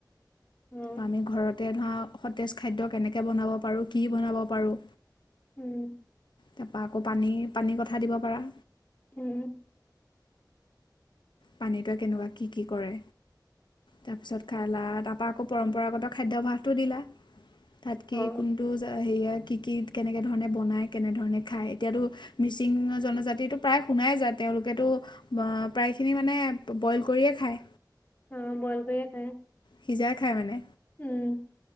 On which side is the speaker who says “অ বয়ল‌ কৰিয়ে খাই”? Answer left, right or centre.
Left